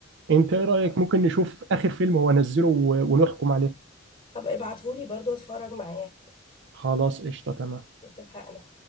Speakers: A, on the right; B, on the left.
A: انت ايه رأيك
B: آه.
A: ممكن نشوف اخر فيلم هو نزله و- ونحكم عليه
B: طب ابعتهولي برضو اتفرج معاه
A: خلاص قشطة تمام
B: اتفقنا